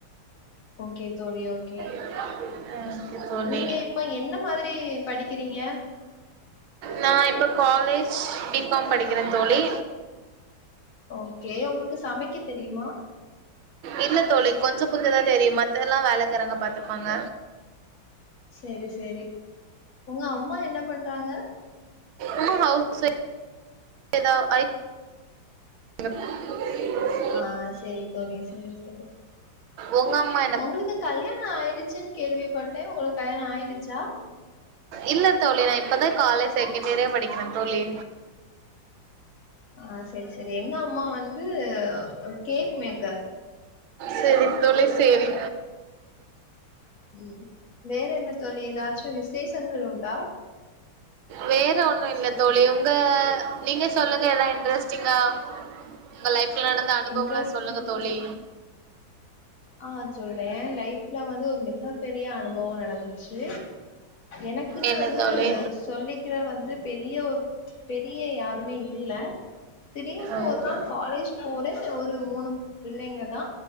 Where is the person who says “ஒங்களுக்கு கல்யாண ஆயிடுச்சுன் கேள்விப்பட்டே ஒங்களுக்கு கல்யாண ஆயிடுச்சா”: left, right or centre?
Left